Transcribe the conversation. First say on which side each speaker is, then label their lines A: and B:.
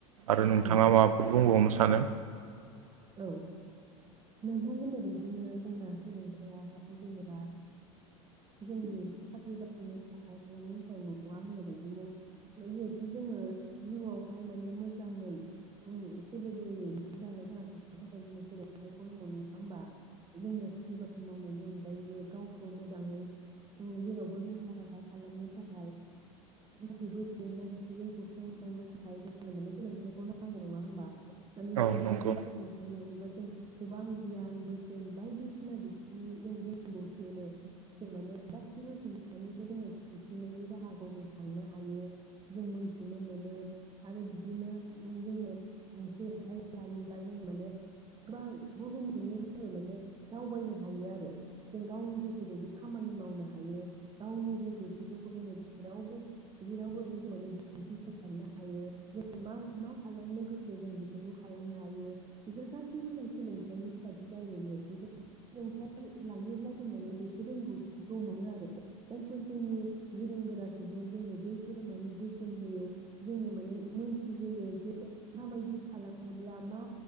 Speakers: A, on the right; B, on the right.
A: आरो
B: उम
A: नोंथाङा माबाफोर बुंबावनो सानो
B: औ नोंथां होननाय बायदिनो जोंना सोलोंथाया हाय जेनेबा जोंनि साख्रि बाख्रिनि थाखाय फालांगिनि थाखाय नङा होननाय बायदिनो जिहेथु जोङो जिउआवहाय माने मोजाङै ओ सोलोबोयै मोजाङै थांना थानो थाखाय जोंनो सोलोंथाइखौ नांगौ नङा होमबा? जोंनो साख्रि बाख्रि मावनायनि अनगायैबो गावखौ मोजाङै जेरावबो रोंखा राखा खालामनो थाखाय गासिबो जेंना जेंसिजों सौस्रांनो थाखाय जोंनो माने सोलोंथाइखौ नांगौ नङा होमबा माने
A: औ
B: जिहेथु
A: नंगौ
B: जों सोलोंथाइ लायोबा जों गोबां गियान बोसोन बायदिसिना बिथिंनि जों रोंगौथि मोनो जों माने गासिबो जेंनानिफ्राय जोङो सौसिनायनि राहाखौ जों थांनो हायो जों मोनथिनो मोनो आरो बिदिनो जोङो सोलोंथाइ लायो बा जोङो माने गोबां बुहुमखौनो जोङो माने दावबायनो हायो आरो जों गावनि गोसो बायदि खामानि मावनो हायो गावनि रोंगौथिफोरखौ जोङो जेरावबो जेरावबो माने दिन्थिफुंसारनो हायो जों मा मा खालामनो गोसो जों बेफोरखौ खालामनो हायो बेफोर गासैबो जों सोलोंथाइनि थाखायसो जायोेथु जों सोलोंथाइ लायोब्ला जों माने बेफोर रोंगौथिखौ मोनो आरो जायफोर जोंनि गोरों गोरा सुबुं जोंनो बैफोरो माने बोसोन होयो जोंनो माने मोनथि होयो जे माबायदि खालामो ब्रा मा